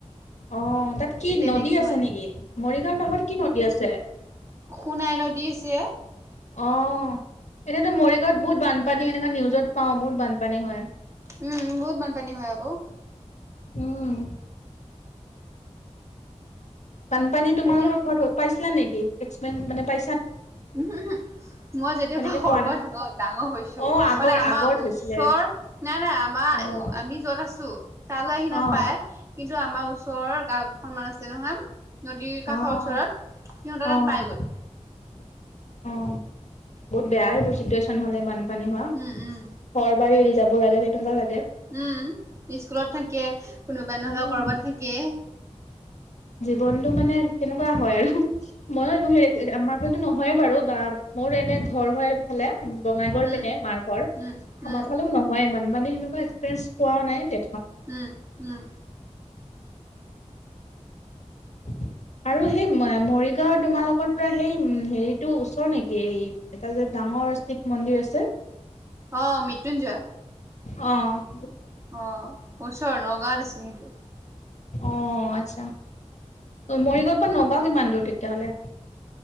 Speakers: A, on the left; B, on the right.
A: অ' তাত
B: এতিয়া
A: কি
B: তেনেকে
A: নদী আছে
B: ইমান
A: নেকি? মৰিগাঁওৰ কাষত কি নদী আছে?
B: সোনাই নদী আছে।
A: অ' এনেতো মৰিগাঁৱত বহুত বানপানী এনেকা নিউজত পাওঁ। বহুত বানপানী হয়।
B: উম, বহুত বানপানী হয় আকৌ।
A: উম। বানপানী তোমালোকৰ
B: এতিয়া
A: ঘৰত তো পাইছিলা নেকি? এছপেন মানে পা
B: উহু - উহু। মই যেতিয়াৰ
A: সেনেকে
B: পৰা সৰুৰ
A: পোৱা নাই।
B: পৰা ডাঙৰ- ডাঙৰ হৈছোঁ,
A: অ' আগৰ
B: মানে আমাৰ
A: আগত
B: ওচৰ,
A: হৈছিলে।
B: নাই - নাই, আমা
A: অ'
B: আমি য'ত আছোঁ তালৈ আহি নাপায়।
A: অ'
B: কিন্তু আমাৰ ওচৰৰ গাঁও কেইখনমান আছে নহয় নদীৰ
A: অ'
B: কাষৰ ওচৰত। সিহঁতৰ
A: অ'
B: তাত পায় গৈ।
A: অ' বহুত বেয়া এইবোৰ ছিটুৱেশন হ'লে। বান পানী হোৱা।
B: উম উম
A: ঘৰ-বাৰী এৰি যাব লাগে। সেইটো
B: উম, স্কুলত থাকে। কোনোবাই নহ'লে
A: উম,
B: কৰবাত থাকে।
A: জীৱনটো মানে, কেনেকুৱা হয় আৰু। মই এইবোৰ সে- তে- আমা সেইটো নহয় বাৰু বা মোৰ এনে ঘৰ হয় সেইফালে। বঙাইগাঁওৰ
B: উম
A: পিনে মাৰ ঘৰ।
B: উম উম
A: আমাৰ ফালেও নহয় ইমান, মানে সেনেকুৱা এক্সপিৰিয়েঞ্চ পোৱাও নাই। দে
B: উম - উম।
A: <inaudible> আৰু সেই ম- মৰিগাঁওৰ তোমালোকৰ পৰা সেই উম হেৰিটো ওচৰ নেকি? এই এটা যে ডাঙ ৰ শিৱ মন্দিৰ আছে।
B: অ', মৃত্যুঞ্জয়।
A: অ'।
B: অ' ওচৰ নগাঁওত আছে সেইটো।
A: অ' আচ্ছা। অ' মৰিগাঁওৰ পৰা নগাঁও কিমান দূৰ তেতিয়াহ'লে?